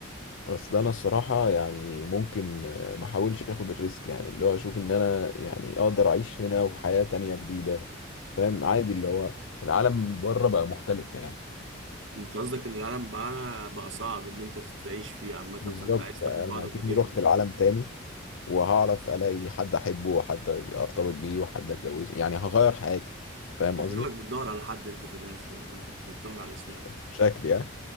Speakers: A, on the left; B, on the right.
A: اصل انا الصراحه يعني ممكن آه، ما احاولش اخد الريسك يعني اللي هو اشوف ان انا يعني اقدر اعيش هنا وحياه تانية جديده فاهم عادي اللي هو العالم بره بقى مختلف يعني
B: انت قصدك ان العالم بقى بقى صعب ان انت تعيش فيه عامه فانت
A: بالظبط
B: عايز تاخد
A: انا
B: بعضك
A: اكني
B: وتهرب
A: رحت العالم تاني وهعرف الاقي حد احبه وحد ارتبط بيه وحد اتجوزه يعني هغير حياتي فاهم
B: انت
A: قصدي
B: شكلك بتدور على حد انت في الاخر والله مش بتدور
A: ش-
B: على سيناريو
A: ش- شكلي اه